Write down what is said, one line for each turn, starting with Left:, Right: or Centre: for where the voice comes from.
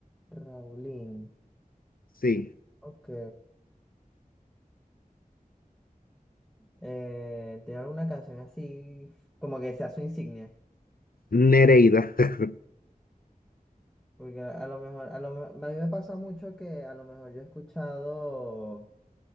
Centre: Raulín,
Left: Sí,
Centre: ok. Eh, ¿tiene alguna canción así como que sea su insignia?
Left: Nereida. <laughs>
Centre: Porque a, a lo mejor, a lo mejor, a mí me pasa mucho que a lo mejor yo he escuchado